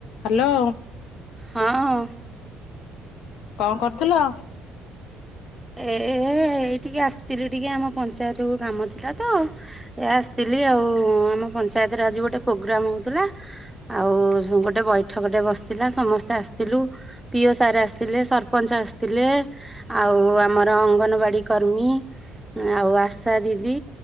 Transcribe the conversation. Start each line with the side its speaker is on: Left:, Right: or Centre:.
Left: Hello.
Centre: ହଁ।
Left: କଣ କରୁଥିଲ?
Centre: ଏ ଏଇ ଟିକେ ଆସିଥିଲି ଟିକେ ଆମ ପଞ୍ଚାୟତକୁ କାମ ଥିଲା ତ। ଏ ଆସିଥିଲି ଆଉ ଆମ ପଞ୍ଚାୟତରେ ଆଜି ଗୋଟେ ପ୍ରୋଗ୍ରାମ ହଉଥିଲା। ଆଉ ଗୋଟେ ବୈଠକଟେ ବସିଥିଲା ସମସ୍ତେ ଆସିଥିଲୁ। ପିଓ ସାର୍ ଆସିଥିଲେ ସରପଞ୍ଚ ଆସିଥିଲେ ଆଉ ଆ ଆମର ଅଙ୍ଗନବାଡ଼ି କର୍ମୀ ଆଉ ଆଶା ଦିଦି